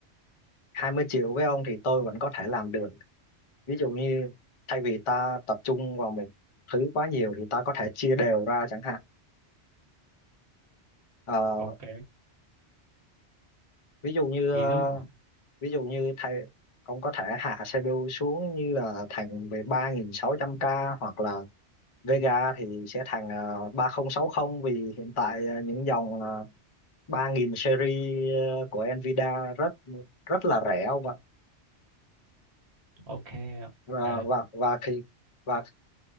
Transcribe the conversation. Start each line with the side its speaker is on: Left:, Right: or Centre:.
Left: 20 triệu với ông thì tôi vẫn có thể làm được ví dụ như thay vì ta tập trung vào một thứ quá nhiều thì ta có thể chia đều ra chẳng hạn Ờ,
Right: Ok,
Left: ví dụ như
Right: ví
Left: ờ,
Right: dụ
Left: ví dụ như thay ông có thể hạ CPU xuống như là thành về ba nghìn sáu trăm k hoặc là Vega thì sẽ thành ờ, 3060 vì hiện tại ờ, những dòng ờ, ba nghìn series ờ, của Nvidia rất rất là rẻ ông ạ
Right: ok
Left: và
Right: ok
Left: và và khi và